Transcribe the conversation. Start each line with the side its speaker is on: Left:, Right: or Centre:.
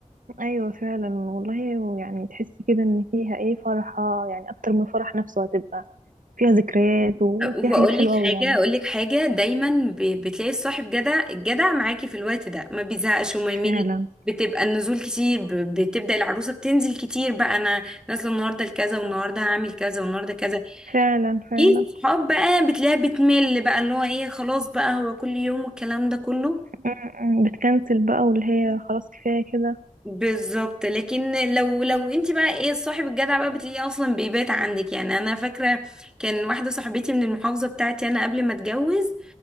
Right: ايوه فعلا والله يعني تحسي كده ان فيها ايه فرحة يعني اكتر من الفرح نفسه هتبقى فيها ذكريات وفيها
Centre: واقول
Right: حاجات حلوة
Centre: لك حاجه
Right: قوي يعني
Centre: اقول لك حاجه دايما ب- بتلاقي الصاحب جدع الجدع معاكي في الوقت ده ما بيزهقش وما يمل
Right: فعلا
Centre: بتبقى النزول كتير ب- بتبدأ العروسة بتنزل كتير بقى انا نازله النهارده لكذا والنهارده هعمل كذا والنهارده كذا
Right: فعلا فعلا
Centre: ايه الصحاب بقى بتلاقيها بتمل بقى اللي هو ايه خلاص بقى هو كل يوم والكلام ده كله
Right: م- م. بتكنسل بقى واللي هي خلاص كفاية كده
Centre: بالظبط لكن لو لو انت بقى ايه الصاحب الجدع بقى بتلاقيه اصلا بيبات عندك يعني انا فاكره كان واحده صاحبتي من المحافظه بتاعتي انا قبل ما اتجوز